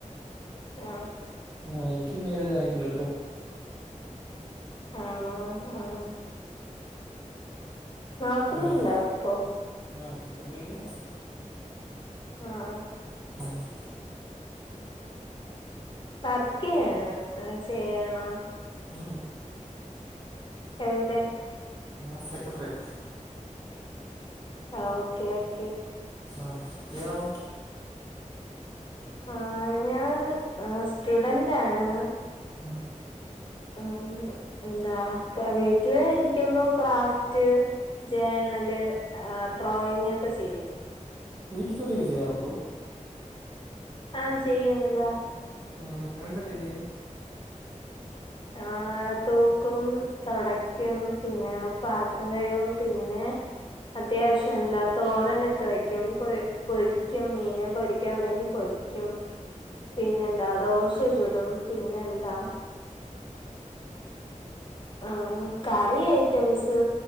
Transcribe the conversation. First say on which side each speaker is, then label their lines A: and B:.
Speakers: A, on the left; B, on the right.
A: ആഹാ
B: ആ എനിക്ക് മേരേജ് ആയില്ല ട്ടോ
A: ആണോ ആഹ് നോക്കുന്നുണ്ടോ
B: ഉം
A: ഇപ്പോ
B: ആഹ് നോകിക്കൊണ്ടിരിക്കുന്നു
A: ആഹ് ആഹ്
B: ആഹ്
A: വർക്ക് ഇയാ ചെയ്യാണോ
B: ഉം
A: എവിടെ
B: ഞാൻ സെക്കട്രിയേറ്റ്
A: ആഹ് ഓക്കെ ഓക്കേ
B: ആഹ് ഇയാളോ
A: ആ ഞാൻ സ്റ്റുഡന്റ് ആണ്
B: ആഹ്
A: ആഹ് എന്താ വീട്ടില് ഇരിക്കുമ്പോ ക്രാഫ്റ്റ് ജേണല് ഡ്രോയിങ് ഒക്കെ ചെയ്യും
B: വീട്ട് ജോലിയൊക്കെ ചെയ്യാറുണ്ടോ
A: ആഹ് ചെയ്യും എന്താ
B: ഉം എന്തൊക്കെ ചെയ്യും
A: ആഹ് തൂക്കും തൊടയ്ക്കും പിന്നെ പാത്രം കഴുകും പിന്നെ അത്യാവശ്യം എന്താ തോരനൊക്കെ വയ്ക്കും പൊ പൊരിക്കും മീന് പൊരിക്കാനുണ്ടെങ്കിൽ പൊരിക്കും പിന്നെന്താ ദോശ ചുടും പിന്നെന്താ ആഹ് കറി ഐറ്റംസ്